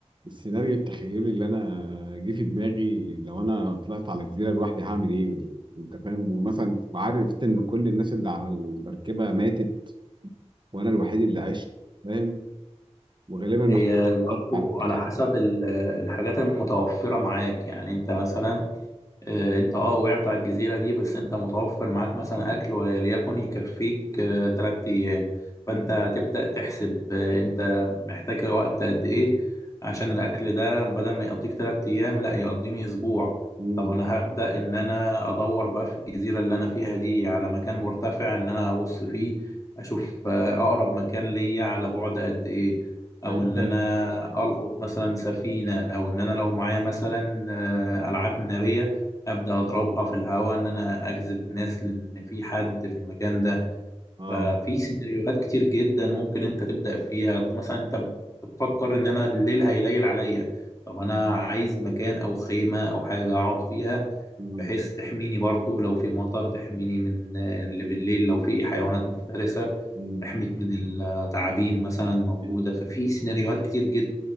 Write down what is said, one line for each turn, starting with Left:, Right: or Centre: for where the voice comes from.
Right: السيناريو التخيلي اللي انا جه في دماغي لو انا طلعت على جزيرة لوحدي هعمل ايه انت فاهم ومثلا عارف ان كل الناس اللي على المركبة ماتت وانا الوحيد اللي عشت فاهم وغالبا ما
Left: هي
Right: حدش
Left: برضه
Right: بيطلع عليا
Left: على حسب ال- الحاجات المتوفره معاك يعني انت مثلا آه، انت اه وقعت على الجزيرة دي بس انت متوفر معاك مثلا اكل وليكن يكفيك آه، تلات ايام
Right: مم.
Left: فانت تبدأ تحسب آه، انت محتاج وقت قد ايه عشان الاكل ده بدل ما يقضيك تلات ايام لا يقضيني اسبوع
Right: مم.
Left: طب انا هبدأ ان انا ادور بقى في الجزيرة اللي انا فيها دي على مكان مرتفع ان انا ابص فيه اشوف آه، اقرب مكان ليا على بعد قد ايه او
Right: ده انت
Left: ان
Right: اه
Left: انا القط مثلا سفينة او ان انا لو معايا مثلا آه، العاب نارية ابدا اضربها في الهواء ان انا اجذب الناس لان في حد في المكان ده
Right: آه،
Left: ففي
Right: آه،
Left: سيناريوهات كتير جدا ممكن انت تبدا فيها مثلا انت بتفكر ان انا الليل هيليل عليا طب انا
Right: مم.
Left: عايز مكان او خيمه او حاجه اقعد فيها
Right: مم.
Left: بحيث تحميني برضو لو في مطر تحميني من آه، اللي بالليل لو في حيوانات مفترسه
Right: مم.
Left: تحميك من التعابين مثلا الموجوده
Right: مم.
Left: ففي سيناريوهات كتير جدا